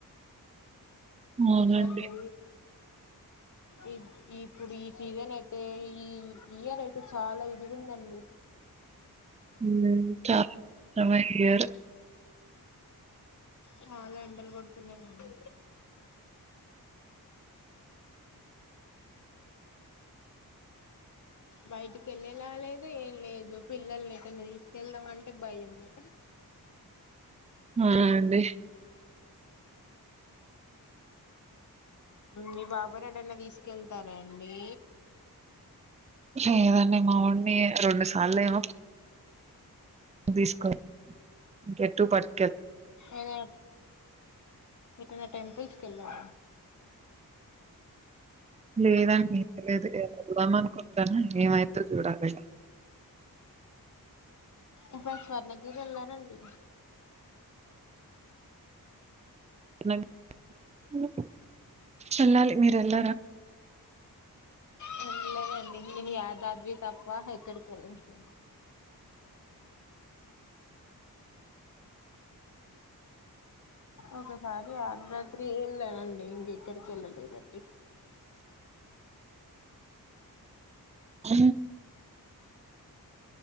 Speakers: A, on the right; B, on the left.
A: అవునండి.
B: అస్సలు ఈ ఇప్పుడు ఈ సీజన్ అయితే ఈ ఇయర్ అయితే చాలా ఇదిగుందండి.
A: <inaudible>
B: చాలా ఎండలు పడుతున్నాయి అండి బయటికి వెళ్ళేలా లేదు ఏం లేదు పిల్లలని ఏటన్నా తీసుకెళ్దామంటే భయమే
A: ఆ అండి
B: మీ బాబా నటన్న తీసుకెళ్తారాండి.
A: లేదండి మావోన్ని రెండు సార్లు ఏమో దిస్కో గెట్టు పట్
B: ఏదైనా ఏటన్న టెంపుల్స్ కెల్లా
A: లేదండి లేదు ఎల్దం అనుకుంటాను ఏమైద్దో చూడాలే
B: ఈపారి స్వర్ణగిరి ఎల్లారండి
A: నాకు ఊ వెళ్లాలి మీరు వెళ్ళేరా
B: వెళ్లలేదండి నేను యాదాద్రి తప్ప ఎక్కడికి వెళ్ళలేద్ ఓక సారీ ఆ <unintelligible> ఎక్కడికెళ్లలేదండి
A: హ